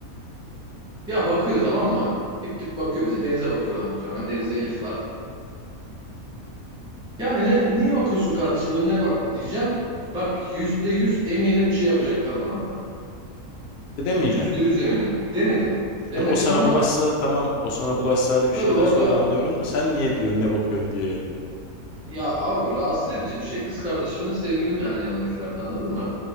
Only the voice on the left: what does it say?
Ne demeyeceksin?
Hani o sana
bulaşsa tamam o sana bulaşsa hadi bir
şeyler
söyle anlıyorum da sen niye diyorsun ne bakıyorsun diye yani.